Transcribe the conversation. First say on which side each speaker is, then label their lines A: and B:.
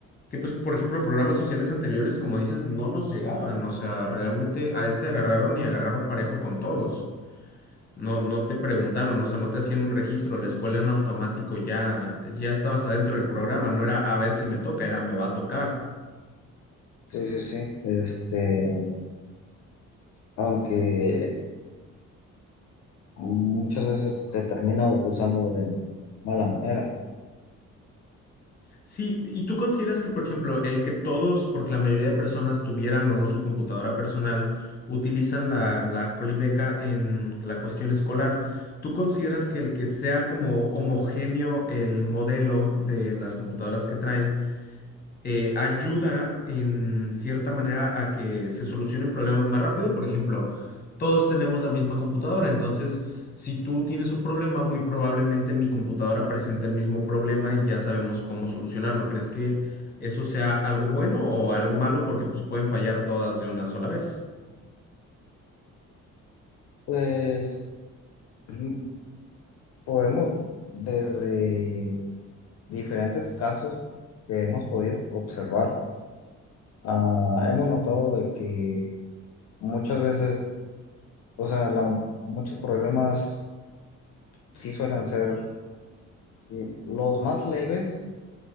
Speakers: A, on the left (about 30°); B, on the left (about 60°).
A: que, pues, por ejemplo, programas sociales anteriores, como dices, no nos llegaban. O sea, realmente a este agarraron y agarraron parejo con todos. No, no te preguntaron, o sea, no te hacían un registro, la escuela en automático ya, ya estabas adentro del programa, no era a ver si me toca, era me va a tocar.
B: Sí, sí, sí. Este, aunque Muchas veces se termina usando de mala manera.
A: Sí, ¿y tú consideras que, por ejemplo, el que todos, porque la mayoría de personas tuvieran o no su computadora personal, utilizan la, la Colibeca en la cuestión escolar, ¿tú consideras que el que sea como homogéneo el modelo de las computadoras que traen? eh, ayuda en cierta manera a que se solucionen problemas más rápido. Por ejemplo, todos tenemos la misma computadora, entonces si tú tienes un problema, muy probablemente mi computadora presente el mismo problema y ya sabemos cómo solucionarlo. ¿Crees que eso sea algo bueno o algo malo? Porque pues pueden fallar todas de una sola vez.
B: Pues mm, podemos, desde diferentes casos que hemos podido observar, ah, hemos notado de que muchas veces, o sea, la- muchos problemas sí suelen ser mm, los más leves,